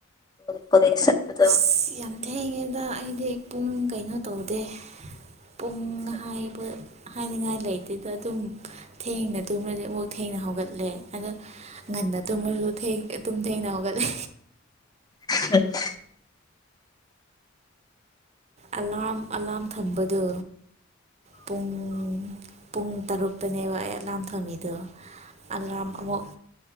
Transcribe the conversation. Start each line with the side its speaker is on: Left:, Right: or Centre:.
Left: ꯀꯣꯂꯦꯖ ꯆꯠꯄꯗꯣ
Right: ꯏꯁ ꯌꯥꯝ ꯊꯦꯡꯉꯦꯗ ꯑꯩꯗꯤ ꯄꯨꯡ ꯀꯩꯅꯣ ꯇꯧꯗꯦ ꯄꯨꯡ ꯍꯥꯏꯕ ꯍꯥꯏꯅꯤꯡꯉꯥꯏ ꯂꯩꯇꯦꯗ ꯑꯗꯨꯝ ꯊꯦꯡꯅ ꯇꯨꯝꯔꯗꯤ ꯑꯃꯨꯛ ꯊꯦꯡꯅ ꯍꯧꯒꯠꯂꯦ ꯑꯗꯣ ꯉꯟꯅ ꯇꯨꯝꯃꯖꯨ ꯊꯦꯡ ꯑꯗꯨꯝ ꯊꯦꯡꯅ ꯍꯧꯒꯠꯂꯦ
Left: <unintelligible>
Right: ꯑꯂꯥ꯭ꯔꯝ ꯑꯂꯥ꯭ꯔꯝ ꯊꯝꯕꯗꯣ ꯄꯨꯡ ꯄꯨꯡ ꯇꯔꯨꯛꯇꯅꯦꯕ ꯑꯩ ꯑꯦꯂꯥꯝ ꯊꯝꯃꯤꯗꯣ ꯑꯂꯥ꯭ꯔꯝ ꯑꯃꯨꯛ